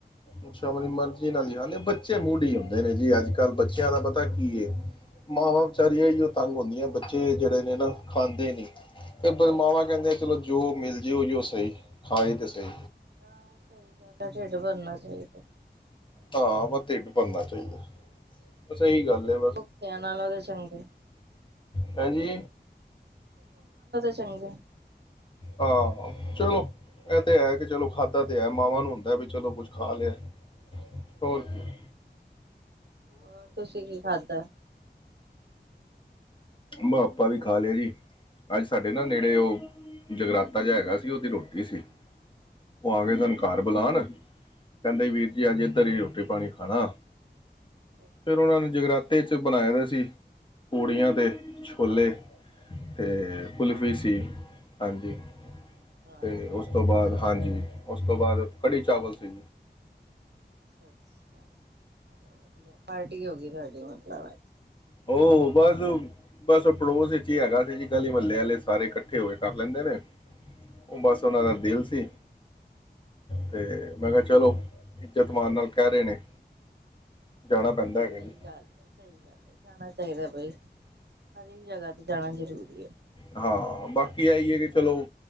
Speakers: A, on the left; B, on the right.
A: ਅੱਛਾ ਆਪਣੀ ਮਰਜੀ ਨਾਲ ਹੀ ਖਾਂਦੇ ਬੱਚੇ ਮੂੜੀ ਹੁੰਦੇ ਨੇ ਜੀ ਅੱਜ ਕੱਲ੍ਹ ਬੱਚਿਆਂ ਦਾ ਪਤਾ ਕੀ ਏ ਮਾਵਾਂ ਵਿਚਾਰੀਆਂ ਇਹੀ ਉਹ ਤੰਗ ਹੁੰਦੀਆਂ ਬੱਚੇ ਜਿਹੜੇ ਨੇ ਨਾ ਖਾਂਦੇ ਨੀ ਫੇਰ ਮਾਵਾਂ ਕਹਿੰਦਿਆਂ ਚਲੋ ਜੋ ਮਿਲ ਜੀਓ ਜੀਓ ਸਹੀ ਖਾਏ ਤਾਂ ਸਹੀ।
B: ਹਾਂ ਸਹੀ ਗੱਲ ਏ ਢਿੱਡ ਭਰਨਾ ਚਾਹੀਦਾ।
A: ਹਾਂ ਢਿੱਡ ਭਰਨਾ ਚਾਹੀਦਾ ਬਸ ਸਹੀ ਗੱਲ ਹੈ
B: ਭੁਖਿਆ ਨਾਲ ਉਹਦੇ ਚੰਗੇ
A: ਭੈਣ ਜੀ
B: ਚੰਗਾ
A: ਹਾਂ ਚਲੋ ਇਹ ਤੇ ਹੈ ਕਿ ਚਲੋ ਖਾਧਾ ਤੇ ਹੈ ਮਾਵਾਂ ਨੂੰ ਹੁੰਦਾ ਵੀ ਚਲੋ ਕੁਛ ਖਾ ਲਿਆ, ਹੋਰ ਕੀ।
B: ਹੋਰ ਤੁਸੀਂ ਕੀ ਖਾਧਾ?
A: ਬਸ ਆਪਾਂ ਵੀ ਖਾ ਲਿਆ ਜੀ, ਅੱਜ ਸਾਡੇ ਨਾ ਨੇੜੇ ਉਹ ਜਗਰਾਤਾ ਜਿਹਾ ਹੈਗਾ ਸੀ, ਉਹਦੀ ਰੋਟੀ ਸੀ। ਉਹ ਆ
B: ਅੱਛਾ
A: ਗਏ ਸੀ
B: ਅੱਛਾ ਅੱਛਾ
A: ਘਰ ਬੁਲਾਉਣ ਕਹਿੰਦੇ ਵੀਰ ਜੀ, ਅਜ ਇੱਧਰ ਹੀ ਰੋਟੀ ਪਾਣੀ ਹੈਣਾ
B: ਅੱਛਾ
A: ਫੇਰ ਉਹਨਾਂ
B: ਅੱਛਾ
A: ਨੇ ਜਗਰਾਤੇ ਚ ਬਣਾਏ ਦਾ ਸੀ ਪੂੜੀਆਂ ਤੇ ਛੋਲੇ। ਤੇ
B: ਅੱਛਾ
A: ਕੁਲਫੀ ਸੀ। ਹਾਂਜੀ।
B: ਵਾਹ
A: ਤੇ ਉਸ ਤੋਂ ਬਾਅਦ, ਹਾਂਜੀ ਉਸ ਤੋਂ ਬਾਅਦ ਕੜੀ ਚਾਵਲ ਸੀ।
B: ਅੱਛਾ ਅੱਛਾ, ਚਲੋ ਵਧੀਆ। ਪਾਰਟੀ ਹੋ ਗਈ ਤੁਹਾਡੀ ਮਤਲਬ ਅੱਜ।
A: ਉਹ ਬਸ, ਬਸ ਪੜੋਸ ਇੱਚ ਈ ਹੈਗਾ ਸੀ। ਜੀ ਗਲੀ ਮਹੱਲੇ ਵਾਲੇ ਸਾਰੇ ਇਕੱਠੇ ਹੋ ਕੇ ਕਰ ਲੈਂਦੇ ਨੇ। ਓਹ ਬਸ ਓਹਨਾਂ
B: ਵਧੀਆ
A: ਦਾ ਦਿਲ ਸੀ ਤੇ ਮੈਂ ਕਿਆ, ਚਲੋ ਇੱਜ਼ਤ ਮਾਨ ਨਾਲ ਕਹਿ ਰਹੇ ਨੇ। ਜਾਣਾ ਪੈਂਦਾ
B: ਨਹੀਂ
A: ਹੈਗਾ
B: ਸਹੀ
A: ਜੀ
B: ਗੱਲ ਐ, ਸਹੀ ਗੱਲ ਐ। ਜਾਣਾ ਚਾਹੀਦਾ ਬਈ, ਹਰੇਕ ਜਗ੍ਹਾ ਤੇ ਜਾਣਾ ਜਰੂਰੀ ਐ।
A: ਹਾਂ, ਬਾਕੀ ਏਹੀ ਹੈ ਕਿ ਚਲੋ